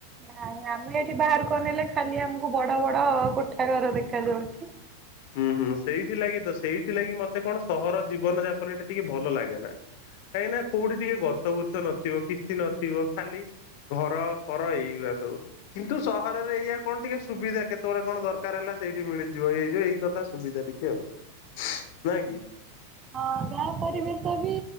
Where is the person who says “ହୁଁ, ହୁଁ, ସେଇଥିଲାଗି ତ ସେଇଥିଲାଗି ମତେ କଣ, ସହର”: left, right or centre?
Left